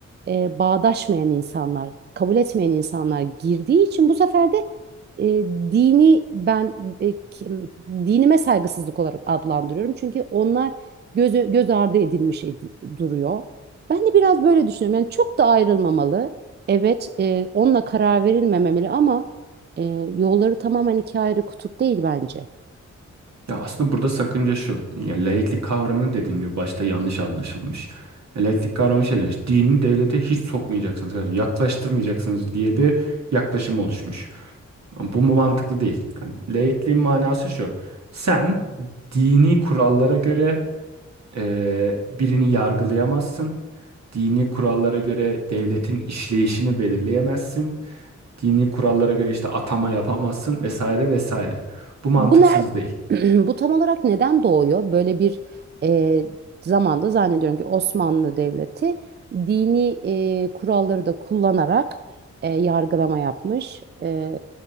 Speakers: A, on the right; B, on the right.
A: e, bağdaşmayan insanlar, kabul etmeyen insanlar girdiği için bu sefer de e, dini ben e, kim- dinime saygısızlık olarak adlandırıyorum. Çünkü onlar göz, göz ardı edilmiş edi- duruyor. Ben de biraz böyle düşünüyorum. Yani çok da ayrılmamalı. Evet, e, onunla karar verilmemeli ama e, yolları tamamen iki ayrı kutup değil bence.
B: Ya aslında burada sakınca şu. Yani laiklik kavramını dediğim gibi başta yanlış anlaşılmış. Ya laiklik kavramı şey demiş. Dini devlete hiç sokmayacaksınız kardeşim. Yaklaştırmayacaksınız diye bir yaklaşım oluşmuş. Ama bu mu mantıklı değil. Yani laikliğin manası şu. Sen dini kurallara göre eee, birini yargılayamazsın. Dini kurallara göre devletin işleyişini belirleyemezsin. Dini kurallara göre işte atama yapamazsın vesaire vesaire. Bu mantıksız
A: Bu ner
B: değil.
A: <clears throat> bu tam olarak neden doğuyor? Böyle bir e, zamanda zannediyorum ki Osmanlı Devleti dini e, kuralları da kullanarak e, yargılama yapmış. E,